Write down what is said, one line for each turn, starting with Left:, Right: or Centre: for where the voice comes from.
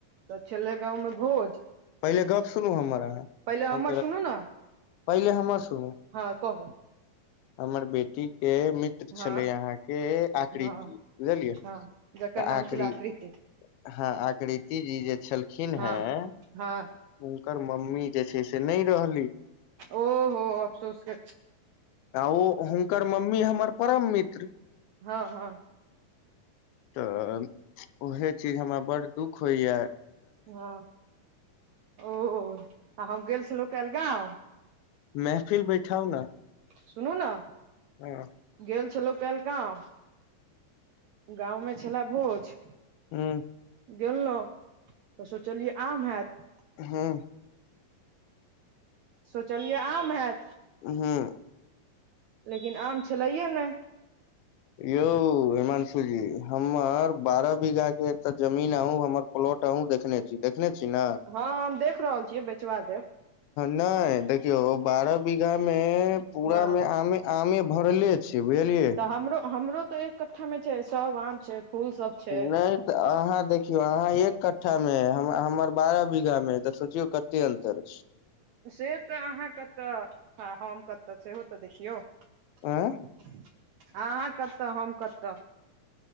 Right: तऽ छलै गाँवमे भोज
Left: पहिले गप्प सुनू हमर आब
Right: पहिले
Left: हम
Right: हमर सुनू ने
Left: पहिले हमर सुनू
Right: हँ कहू
Left: हमर बेटी के
Right: हँ
Left: छलै अहाँके आकृति
Right: हँ
Left: बुझलियै तऽ
Right: हँ जकर नाम
Left: आकृ
Right: छलै आकृति
Left: हँ आकृति जी जे छलखिन
Right: हँ
Left: हेँ
Right: हँ
Left: हुनकर मम्मी जे छै से नहि रहली
Right: ओहो अफसोसके
Left: आ ओ हुनकर मम्मी हमर परम मित्र
Right: हँ हँ
Left: तऽ उहे चीज हमरा बड़ दुःख होइयै
Right: हँ ओ आ हम गेल छलहुँ काल्हि गाँव
Left: महफिल बैठाउ ने
Right: सुनू ने
Left: ह
Right: गेल छलहुँ काल्हि गाँव गाँंवमे छलै भोज
Left: हू
Right: गेलहुँ तऽ सोचलियै आम हेत
Left: हँ
Right: सोचलियै आम हैत
Left: हँ
Right: लेकिन आम छलै हे ने
Left: यौ हिमांशु जी हमर बारह बीघा के एतऽ जमीन आ हमर प्लॉट अहुँ देखने छी देखने छी ने
Right: हँ हम देख रहल छियै बेचवा देब
Left: नहि देखियौ बारह बीघा मे पूरा
Right: हँ
Left: मे आमे आमे भरले छै बुझलियै
Right: तऽ हमरो हमरो तऽ एक कठ्ठामे छै सब आम छै फूल सब छै
Left: नहि तऽ अहाँ देखियौ अहाँ एक कठ्ठा मे है हमर बारह बीघा मे हइ तऽ सोचियौ कते अन्तर छै
Right: से तऽ अहाँ कतऽ हम कतऽ सेहो तऽ देखियौ
Left: आँ
Right: अहाँ कतऽ हम कतऽ